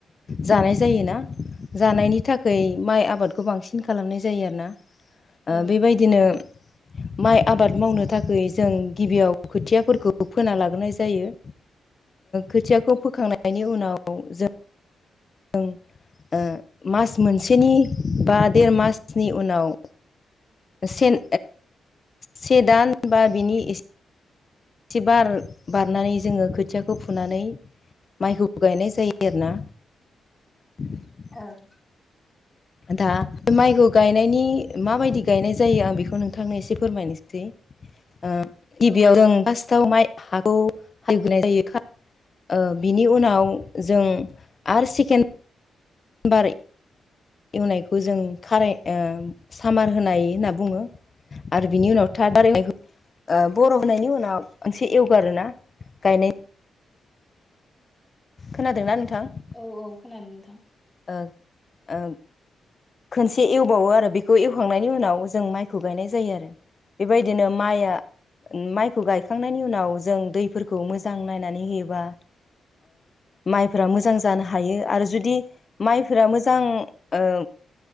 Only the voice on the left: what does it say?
जानाय जायोना जानायनि थाखाय माइ आबादखौ बांसिन खालामनाय जायो आरोना।
बेबायदिनो माइ आबाद मावनो थाखाय जों गिबियाव खोथियाफोरखौ फोना लाग्रोनाय जायो। खोथियाखौ फोखांनायनि उनाव जों जों मास मोनसेनि बा देर मासनि उनाव सेन से दान बा बिनि एसे से बार बारनानै जोङो खोथियाखौ फुनानै माइखौ गायनाय जायो आरोना। <unintelligible> <inaudible>
दा माइखौ गायनायनि माबायदि गायनाय जायो आं बेखौ नोंथांनो एसे फोरमायनोसै। ओ गिबियाव
जों फार्स्टआव माइ हाखौ <unintelligible> जायो ओ बिनि उनाव जों आरो सेकेन्द बारै एवनायखौ जों खाराय ओ सामार होनाय होनना बुङो। आरो बिनि उनाव थार्द हालेवनायखौ ओ बर' होनायनि उनाव मोनसे एवगारोना गायनाय खोनादोंना नोंथां?
ओ ओ खनसे एवबावो आरो बेखौ एवखांनायनि उनाव जों माइखौ गायनाय जायो आरो। बेबायदिनो माइआ माइखौ गायखांनायनि उनाव जों दैफोरखौ मोजां नायनानै होयोबा माइफोरा मोजां जानो हायो आरो जुदि माइफोरा मोजां ओ